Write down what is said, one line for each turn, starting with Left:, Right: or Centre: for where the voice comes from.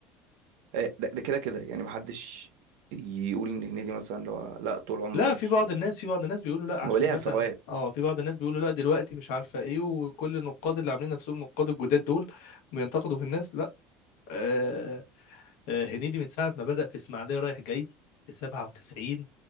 Right: آه، ده ده كده كده يعني محدش يقول إن هنيدي مثلا اللي هو لا طول عمره
Left: لا
Right: وحش
Left: في بعض
Right: أو
Left: الناس في بعض الناس بيقولوا لا عشان
Right: هو ليها
Left: مثلا
Right: فوات
Left: اه في بعض الناس بيقولوا لا دلوقتي مش عارفه ايه وكل النقاد اللي عاملين نفسهم نقاد الجداد دول بينتقدوا في الناس لا آه آه هنيدي من ساعه ما بدأ في اسماعيليه رايح جاي في 97